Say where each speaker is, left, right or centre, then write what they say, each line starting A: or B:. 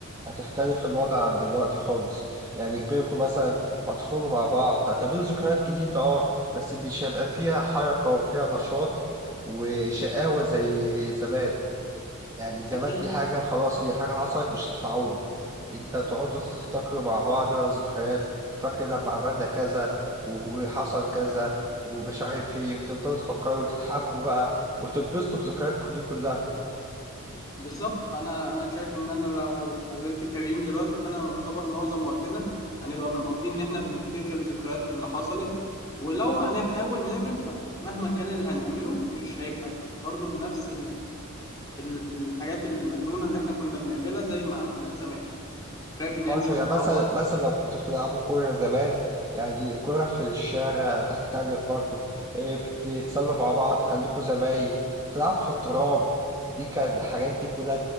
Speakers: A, on the right; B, on the left.
A: هتختلف الوضع عن دلوقتي خالص يعني كبركم مثلا هتخرجوا مع بعض هتعملوا ذكريات جديدة اه بس مش هيبقى فيها حركة وفيها نشاط وشقاوة زي زمان يعني زمان
B: أكيد
A: دي حاجة خلاص هي حاجة حصلت مش تتعوض انت تقعدوا تفتكروا مع بعض بقى ذكريات فاكر لما عملنا كذا وحصل كذا ومش عارف ايه تفضلوا تفكروا وتضحكوا بقى وتتبسطوا بذكرياتكم دي كلها
B: بالظبط فانا انا شايف ان انا لو قابلت كريم دلوقتي فانا يعتبر معظم وقتنا هنبقى بنقضي ان احنا بنفتكر ذكريات اللي حصلت ولو هنحاول نعمل فمهما كان اللي هنعمله مش هيبقى برضه بنفس ال... ال... الحاجات المجنونة اللي احنا كنا بنعملها زي ما عملناها زمان شايف ان
A: برضه
B: هي مش هتتعوض
A: يعني مثلا مثلا لو كنتوا بتلعبوا كورة زمان يعني كورة في الشارع تختلف برضه إيه، بتتسلوا مع بعض خليكوا زمايل تلعبوا في التراب دي كان الحاجات دي كلها